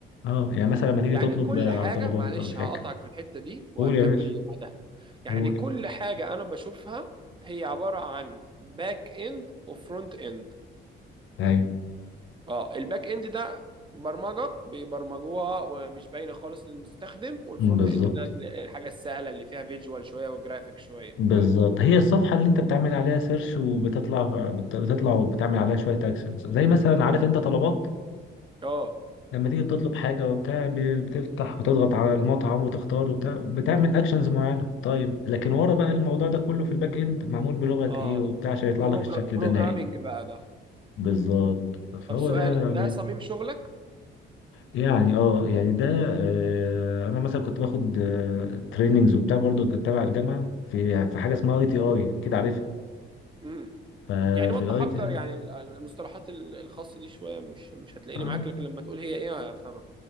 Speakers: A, on the left; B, on the right.
A: اه يعني مثلا لما تيجي
B: يعني
A: تطلب
B: كل
A: آه،
B: حاجة
A: طلبات
B: معلش
A: ولا حاجه
B: هقطعك في الحتة دي وهتكمل
A: قول يا باشا
B: لي بعدها يعني
A: قول
B: كل حاجة انا بشوفها هي عبارة عن باك اند وفرونت اند
A: ايوه
B: اه الباك اند ده برمجه بيبرمجوها ومش باينه خالص للمستخدم والفرونت
A: مم، بالظبط
B: اند ده الحاجه السهله اللي فيها فيجوال شويه وجرافيك شويه
A: بالظبط هي الصفحه اللي انت بتعمل عليها سيرش وبتطلع بت- بتطلع وبتعمل عليها شويه اكشنز زي مثلا عارف انت طلبات
B: اه
A: لما تيجي بتطلب حاجه وبتاع بي- بتفتح وتضغط على المطعم وتختار وبتاع بتعمل اكشنز معينه طيب لكن ورا بقى الموضوع ده كله في الباك اند معمول بلغه
B: اه
A: ايه وبتاع عشان يطلع
B: بروجر...
A: لك الشكل
B: بروجرامينج
A: ده النهائي
B: بقى ده
A: بالظبط فهو
B: طب سؤال
A: ده
B: ده صميم شغلك
A: يعني اه يعني ده آه انا مثلا كنت باخد تريننجز وبتاع برضو كنت تبع الجامعه في في حاجه اسمها اي تي اي كده عارفها
B: امم
A: ففي
B: يعني وضح
A: الاي
B: اكتر
A: تي
B: يعني ال- المصطلحات ال- الخاصه دي شويه مش مش هتلاقيني
A: اه
B: معاك لكن لما تقول هي ايه هفهمك